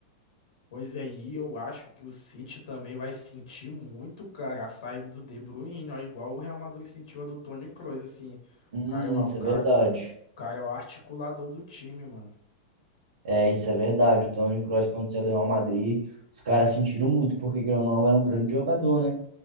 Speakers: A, on the left (about 85°); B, on the right (about 85°).
A: Pois é, e eu acho que o City também vai sentir muito, cara, a saída do De Bruyne, ó, igual o Real Madrid sentiu a do Toni Kroos, assim, o
B: Hum,
A: cara, é o o
B: isso
A: cara
B: é verdade.
A: O cara é o articulador do time, mano.
B: É, isso é verdade. O Toni Kroos, quando saiu do Real Madrid, os caras sentiram muito, porque querendo ou não, era um grande jogador, né?